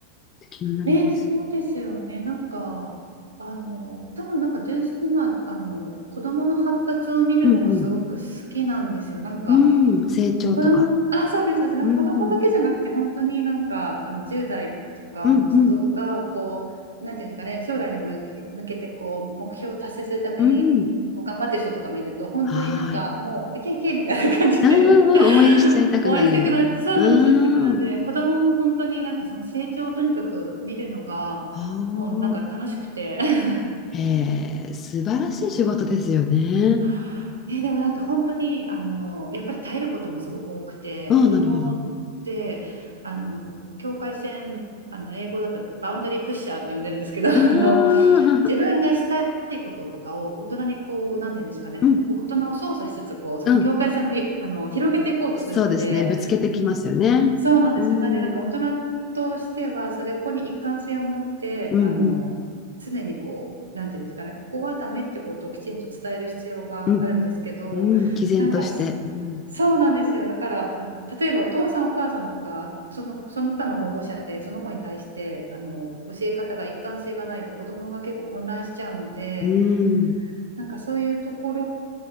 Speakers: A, on the left (about 30°); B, on the right (about 70°).
A: うって気になります。
B: ね、そうですよね。なんか、あの、多分なんか純粋に、まあ、あの、子供の発達を見るのがすごく好きなんですよ。
A: うん
B: なんか、
A: うん、うん、成長とか。
B: 子供、あ、そうです、そうです。なんか子供だけじゃなくて、
A: うんうん
B: 本当になんか、あの、10代とかの人が、
A: うんうん。
B: こう、なんていうんですかね、将来に向け向けて、こう、目標を達成するために、
A: うん。
B: こう、頑張ってる人とか見ると、本当になんか、
A: はーい。
B: もう、いけいけみたいな感じで
A: うんうんうん応援しちゃいたくなる。
B: <laughs> 応援してくな、そうなんですよ、
A: う
B: してくなんで、
A: ーん。
B: 子供も本当になんか、その成長をとにかく見るのが、
A: おー。
B: もうなんか楽しくて <laughs>
A: えー、素晴らしい仕事ですよね。
B: あーえーでもなんか本当にあのやっぱり耐えることもすごく多くて子供ってあの境界線あの英語だとバウンダリープッシャーって呼んでるんですけど
A: ああ、なるほど。う
B: <laughs> あの
A: ーん。
B: 自分がしたいこととかを大人にこうなんていうんですかね大人を操作しつつこうその境界線をふいあの広げていこうとするので
A: うん。うん。そうですね。ぶつけてきますよね。
B: そうなんですよ。
A: うん。
B: なんで、なんか大人としては、それここに一貫性を持って、
A: うんうん
B: あの、常にこう、なんていうんですかね、ここはダメってことをきちんと伝える必要があるんですけど、
A: うん。うん。毅然として。
B: なんかす、
A: うん。
B: そうなんですよ。だから、あの、例えばお父さんお母さんとか、その、その他の保護者で、その子に対して、あの、教え方が一貫性がないと子供が結構混乱しちゃうので、
A: うん。
B: なんかそういうとこ